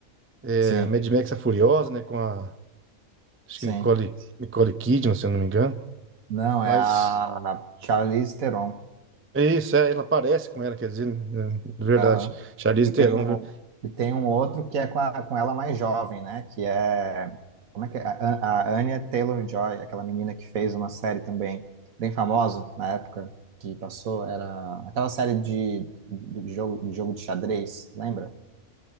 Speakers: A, on the right; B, on the right.
A: é,
B: Sim,
A: Mad Max a Furiosa, né, com a acho
B: sim.
A: que Nicole Nicole Kidman, se eu não me engano.
B: Não,
A: Mas
B: é a Charlize Theron.
A: Isso, é, ela parece com ela, quer dizer, né, de verdade.
B: Aham.
A: Charlize
B: E
A: Theron,
B: tem um,
A: viu?
B: e tem um outro que é com, a- com ela mais jovem, né? Que é. Como é que é? A, a Anya Taylor-Joy, aquela menina que fez uma série também bem famosa na época que passou. Era aquela série de, de jogo, de jogo de xadrez, lembra?